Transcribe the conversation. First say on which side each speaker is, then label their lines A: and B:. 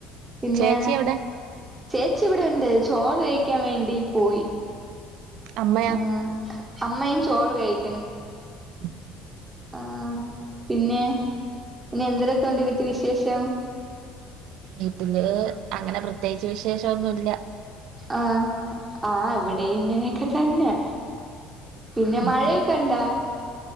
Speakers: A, on the right (about 20°); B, on the right (about 60°).
A: പിന്നെ
B: ചേച്ചി എവിടെ
A: ചേച്ചി ഇവിടൊണ്ട് ചോറ് കഴിക്കാൻ വേണ്ടി പോയി.
B: അമ്മയാ
A: ആഹ്, അമ്മയും ചോറ് കഴിക്കണ്.
B: ഉം
A: ആഹ് പിന്നെ പിന്നെ എന്തിരെക്കെണ്ട് വീറ്റി വിശേഷം?
B: വീട്ടില്, അങ്ങനെ പ്രത്യേകിച്ച് വിശേഷോന്നുല്ല.
A: ആഹ് ആഹ് ഇവിടെയും ഇങ്ങനെയെക്കെ തന്നെ. പിന്നെ
B: ഉം
A: മഴയ
B: ഉം.
A: ക്കെണ്ടാ?